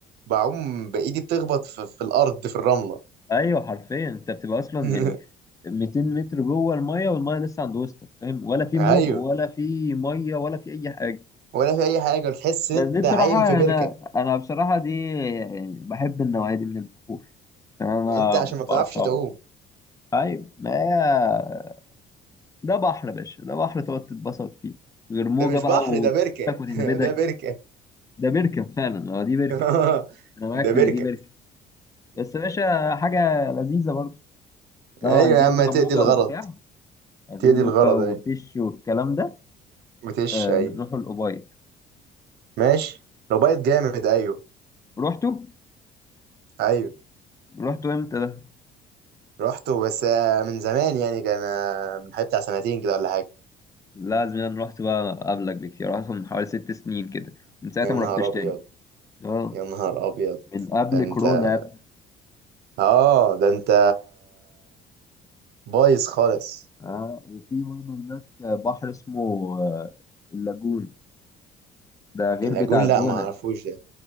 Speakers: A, on the right; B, on the left.
A: بعوم بايدي بتخبط في, في الارض في الرمله
B: ايوه حرفيا انت بتبقى اصلا
A: <laughs>
B: يعني 200 متر جوه الميه والميه لسه عند وسطك فاهم ولا في
A: ايوه
B: موج ولا في ميه ولا في اي حاجه
A: ولا في اي حاجه وتحس ان
B: بس
A: انت
B: دي بصراحه
A: عايم في بركه
B: انا انا بصراحه دي يعني بحب النوعيه دي من البحور عشان انا ما
A: انت عشان
B: بعرفش
A: ما بتعرفش تعوم
B: اعوم ايوه ما هي ده بحر يا باشا ده بحر تقعد تتبسط فيه غير موجه
A: ده مش
B: بقى
A: بحر
B: وتك
A: ده بركه
B: وتهبدك
A: <laughs> ده بركه
B: ده بركه فعلا اه دي بركه
A: <laughs>
B: انا معاك
A: ده
B: في
A: بركه
B: ان دي بركه بس يا باشا حاجه لذيذه برضه لو
A: ايوه
B: عايزين
A: يا عم
B: بقى
A: هتقضي
B: موجة
A: الغرض
B: وبتاع عايزين
A: تقضي
B: موجة
A: الغرض
B: وتش
A: ايوه
B: والكلام ده
A: بتش
B: آه
A: ايوه
B: نروحوا الأوبايد
A: ماشي لو بايت جامد ايوه
B: رحتوا؟
A: ايوه
B: رحتوا امتى ده؟
A: رحته بس آه، من زمان يعني كان آه، من حوالي بتاع سنتين كده ولا حاجه
B: لازم انا رحت بقى قبلك بكتير رحت من حوالي ست سنين كده من ساعتها
A: يا
B: ما
A: نهار
B: رحتش
A: ابيض
B: تاني اه
A: يا نهار ابيض
B: من قبل
A: ده انت
B: كورونا يا ابني.
A: اه ده انت بايظ خالص
B: اه وفي برضه هناك بحر اسمه آه، اللاجون ده غير
A: اللاجون
B: بتاع الجونة
A: لا ما اعرفوش ده